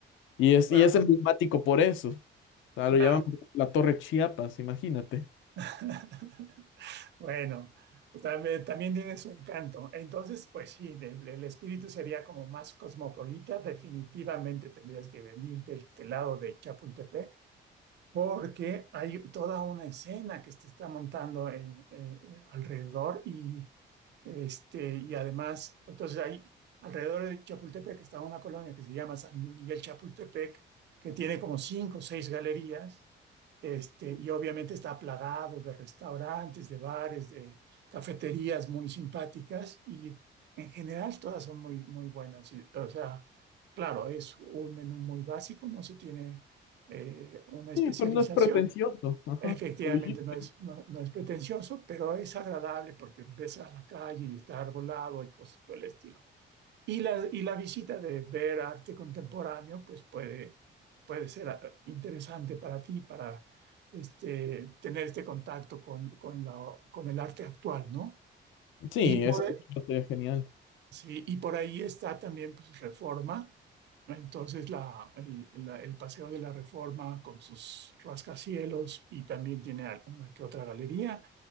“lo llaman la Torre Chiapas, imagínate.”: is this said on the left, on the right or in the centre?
Left